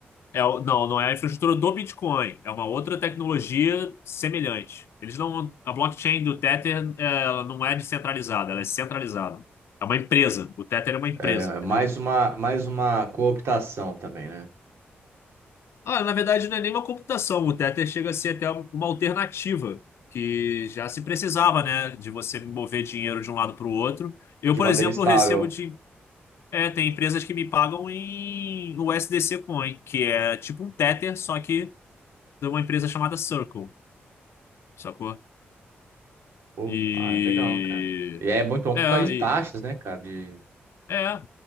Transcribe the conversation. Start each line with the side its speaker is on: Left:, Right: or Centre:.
Left: É, o- não, não é a infraestrutura do Bitcoin, é uma outra tecnologia semelhante. Eles não, a blockchain do Tether, é, ela não é descentralizada, ela é centralizada. É uma empresa. O Tether é uma empresa,
Right: É,
Left: entendeu?
Right: mais uma, mais uma cooptação também, né?
Left: Ah, na verdade, não é nem uma computação. O Tether chega a ser até uma alternativa que já se precisava, né, de você mover dinheiro de um lado para o outro. Eu,
Right: De
Left: por
Right: maneira
Left: exemplo,
Right: estável.
Left: recebo de, é, tem empresas que me pagam em USDC Coin, que é tipo um Tether, só que de uma empresa chamada Circle. Sacou?
Right: Pô,
Left: E.
Right: ah, é legal, cara. E é muito bom por
Left: É,
Right: causa de taxas,
Left: e-
Right: né, cara? De,
Left: é.